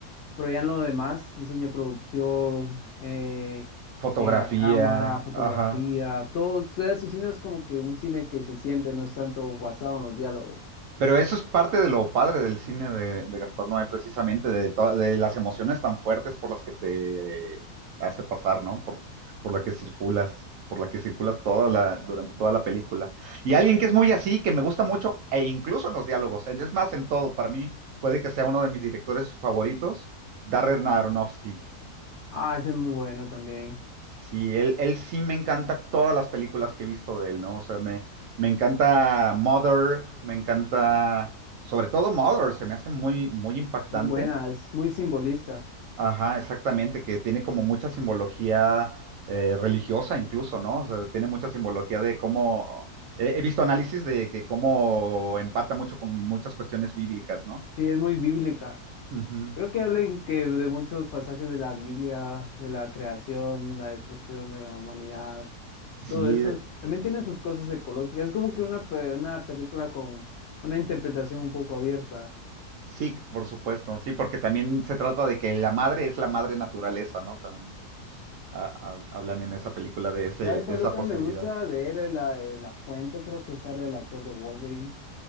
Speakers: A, on the left; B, on the right.
A: Pero ya en lo demás, diseño de producción, eh,
B: fotografía,
A: en la cámara, fotografía,
B: ajá.
A: todo eso, cine es como que un cine que se siente, no es tanto basado en los diálogos.
B: Pero eso es parte de lo padre del cine de, de Gaspar Noé, precisamente, de, to- de las emociones tan fuertes por las que te hace pasar, ¿no? Por, por la que circulas, por la que circulas toda la, durante toda la película. Y alguien que es muy así, que me gusta mucho, e incluso en los diálogos, es más, en todo, para mí puede que sea uno de mis directores favoritos, Darren Aronofsky.
A: Ah, ese es muy bueno también,
B: Sí, él, él sí me encanta todas las películas que he visto de él, ¿no? O sea, me, me encanta Mother, me encanta, sobre todo Mother, se me hace muy, muy impactante.
A: muy buena, es muy simbolista,
B: Ajá, exactamente, que tiene como mucha simbología eh, religiosa incluso, ¿no? O sea, tiene mucha simbología de cómo, he, he visto análisis de que cómo empata mucho con muchas cuestiones bíblicas, ¿no?
A: sí, es muy bíblica.
B: Ujú.
A: Creo que hablen que de muchos pasajes de la Biblia, de la creación, la destrucción de la humanidad,
B: Sí,
A: todo eso. También tiene sus cosas ecológicas. Es como que una, pe- una película con una interpretación un poco abierta.
B: sí, por supuesto, sí, porque también se trata de que la madre es la madre naturaleza, ¿no? También. a- a- hablan en esa película de ese,
A: ¿Sabes
B: de
A: cuál
B: esa
A: otra
B: posibilidad.
A: me gusta de él? La de La Fuente, creo que sale el actor de Wolverine.